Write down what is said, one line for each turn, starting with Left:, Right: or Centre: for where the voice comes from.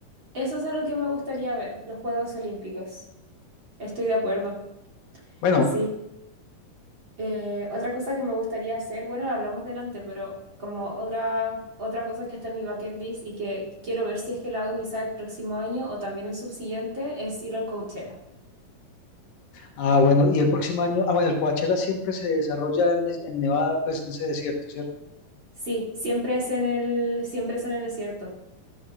Right: Eso es algo que me gustaría ver, los Juegos Olímpicos. Estoy de acuerdo.
Left: Bueno,
Right: Sí. Eh, otra cosa que me gustaría hacer, bueno, lo hablamos delante, pero como otra, otra cosa que está en mi bucket list y que quiero ver si es que la hago quizá el próximo año o también el subsiguiente, es ir al Coachella.
Left: ah, bueno, y el próximo año,
Right: Sí,
Left: ah, bueno, el Coachella siempre se desarrolla en, es- en Nevada, pues en ese desierto, ¿cierto?
Right: Sí, siempre es en el, siempre es en el desierto.